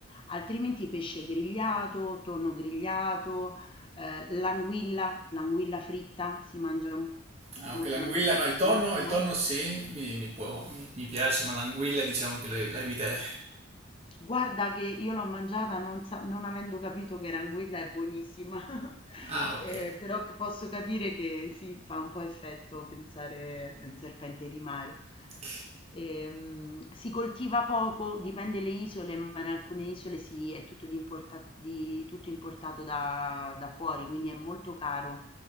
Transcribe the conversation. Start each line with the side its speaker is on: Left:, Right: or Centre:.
Left: Altrimenti pesce grigliato, tonno grigliato, ehm, l'anguilla, l'anguilla fritta, si mangia
Right: Ah,
Left: molto
Right: ok, l'anguilla,
Left: l'anguilla
Right: no,
Left: che
Right: il
Left: è
Right: tonno,
Left: buonissima.
Right: il tonno sì, mi, mi può, mi, mi piace, ma l'anguilla diciamo che la la eviterei.
Left: Guarda che io l'ho mangiata non sa non avendo capito che Ranguilla è buonissima, <laughs>
Right: Ah, ok.
Left: ehm, però c posso capire che sì, fa un po' effetto pensare a un serpente di mare.
Right: ok.
Left: Ehm, si coltiva poco, dipende le isole, ma in alcune isole si è tutto di importa di tutto importato da da fuori, quindi è molto caro,